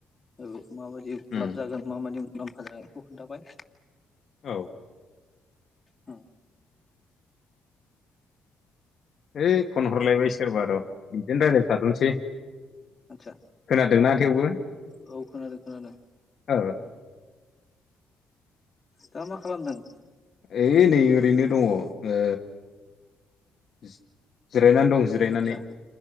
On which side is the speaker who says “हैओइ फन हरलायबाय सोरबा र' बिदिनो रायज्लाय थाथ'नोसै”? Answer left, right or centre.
Left